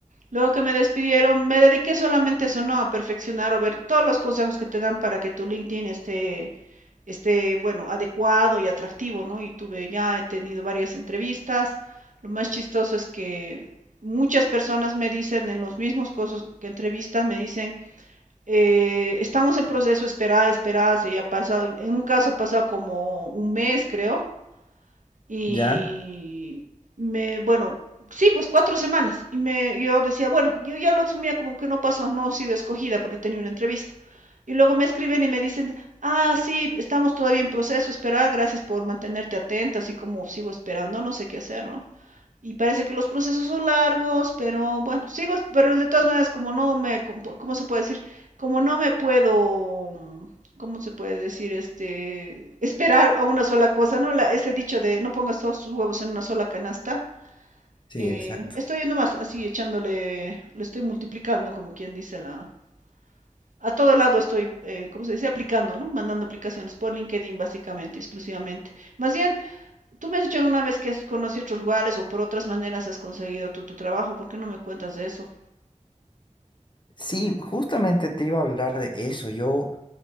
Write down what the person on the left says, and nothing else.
ya,
sí,
exacto.
Sí, justamente te iba a hablar de eso. Yo